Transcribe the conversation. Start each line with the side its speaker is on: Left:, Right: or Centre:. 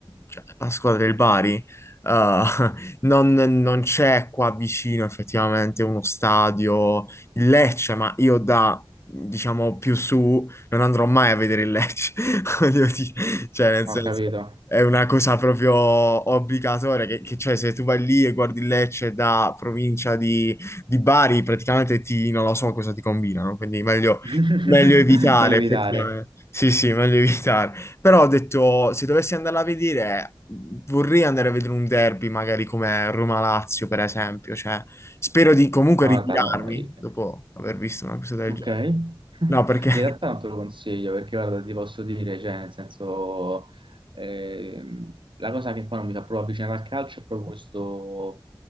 Left: cioè, la squadra del Bari, eh, <laughs> non, non c'è qua vicino effettivamente uno stadio, il Lecce, ma io da, diciamo, più su non andrò mai a vedere il Lecce, <laughs> voglio dire, cioè, nel senso...
Right: ho capito.
Left: È una cosa proprio obbligatoria, che, che, cioè se tu vai lì e guardi il Lecce da provincia di, di Bari, praticamente ti, non lo so cosa ti combinano, quindi meglio,
Right: <laughs>
Left: meglio evitare,
Right: Meglio evitare.
Left: effettivamente. Sì, sì, meglio evitare. Però ho detto, se dovessi andarla a vedere, vorrei andare a vedere un derby, magari come Roma-Lazio, per esempio. Cioè, spero di comunque
Right: Ma
Left: ritirarmi
Right: guarda, no. eh,
Left: dopo aver visto una cosa del
Right: Ok.
Left: genere.
Right: <laughs> In
Left: No, perché... <laughs>
Right: realtà non te lo consiglio perché guarda, ti posso dire, cioè, nel senso, Ehm, la cosa che poi non mi fa proprio avvicinare al calcio è proprio questo,